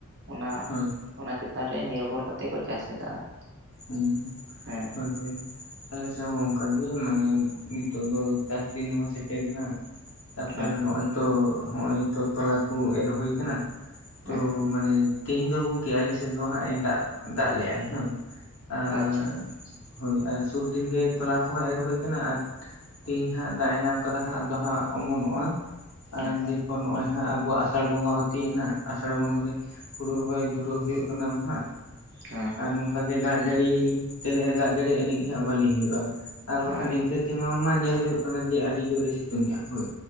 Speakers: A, on the right (about 55°); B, on the left (about 80°).
A: ᱚᱱᱟ
B: ᱦᱳᱭ
A: ᱚᱱᱟ ᱪᱮᱛ ᱪᱮᱛᱟᱱ ᱨᱮ ᱱᱤᱨᱵᱷᱚᱨ ᱠᱟᱛᱮᱫ ᱠᱚ ᱪᱟᱥ ᱮᱫᱟ ᱟᱨ
B: ᱩᱸ
A: ᱦᱮᱸ
B: ᱦᱳᱭ ᱦᱳᱭ ᱟᱞᱮ ᱥᱮᱫ ᱦᱚᱸ ᱚᱱᱠᱟᱜᱮ ᱢᱟᱱᱮ ᱱᱤᱛᱚᱜ ᱫᱚ ᱪᱟᱥ ᱫᱤᱱ ᱦᱚᱸ ᱥᱮᱴᱮᱨᱮ ᱮᱱᱟ᱾ ᱛᱟᱯᱚᱨᱮ
A: ᱦᱮᱸ
B: ᱱᱚᱜᱚᱭ ᱛᱚ ᱱᱚᱜ ᱚᱭ ᱛᱚ ᱛᱚᱞᱟ ᱠᱚ ᱮᱨ ᱦᱩᱭ ᱟᱠᱟᱱᱟ ᱛᱚ
A: ᱦᱮᱸ ᱦᱮᱸ
B: ᱢᱟᱱᱮ ᱛᱮᱦᱤᱧ ᱫᱚ ᱜᱚᱝᱠᱮ ᱟᱞᱮᱥᱮᱫ ᱫᱚ ᱦᱟᱸᱜ ᱮ ᱫᱟᱜ ᱫᱟᱜ ᱞᱮᱜᱟᱭ ᱦᱮ ᱟᱨ
A: ᱟᱪᱪᱷᱟ ᱦᱮᱸ
B: ᱦᱳᱭ ᱟᱨ ᱥᱩᱨᱫᱤᱱᱜᱮ ᱛᱚᱞᱟ ᱠᱚᱦᱚᱸ ᱮᱨ ᱦᱩᱭ ᱟᱠᱟᱱᱟ ᱟᱨ ᱛᱮᱦᱤᱧ ᱦᱟᱸᱜ ᱫᱟᱜ ᱮ ᱧᱟᱢ ᱟᱠᱟᱫᱟ ᱦᱟᱸᱜ ᱟᱫᱚ ᱦᱟᱸᱜ ᱚᱢᱚᱱᱚᱜ-ᱟ᱾ ᱟᱨ
A: ᱦᱮᱸ
B: ᱱᱚᱜ ᱚᱭ ᱦᱟᱸᱜ ᱟᱵᱚᱣᱟᱜ ᱟᱥᱟᱲ ᱵᱚᱸᱜᱟ ᱦᱚ ᱛᱤᱭᱳᱜᱱᱟ ᱟᱥᱟᱲ ᱵᱚᱸᱜᱟᱮ ᱨᱮ ᱦᱩᱲᱩ ᱨᱚᱦᱚᱭ ᱫᱷᱩᱨᱟᱹᱜ ᱦᱩᱭᱩᱜ ᱠᱟᱱᱟᱢ ᱦᱟᱸᱜ᱾
A: ᱦᱮᱸ ᱦᱮᱸ
B: ᱟᱨ ᱱᱚᱝᱠᱟᱜᱮ ᱫᱟᱜ ᱡᱟᱹᱲᱤ ᱛᱤᱱᱟᱹᱜ ᱮ ᱫᱟᱜ ᱡᱟᱹᱲᱤᱭᱮᱜ ᱤᱱᱟᱹᱜ ᱜᱮ ᱦᱟᱸᱜ ᱵᱷᱟᱹᱞᱤ ᱦᱩᱭᱩᱜ-ᱟ᱾ ᱟᱨ ᱵᱟᱠᱷᱟᱱ
A: ᱦᱳᱭ
B: ᱤᱱᱠᱟᱹ ᱛᱮᱢᱟ ᱢᱟ ᱧᱮᱞ ᱦᱩᱭᱩᱜ ᱠᱟᱱᱟ ᱡᱮ ᱟᱹᱰᱤ ᱡᱳᱨᱮ ᱥᱤᱛᱩᱝᱮᱜ-ᱟ ᱦᱳᱭ᱾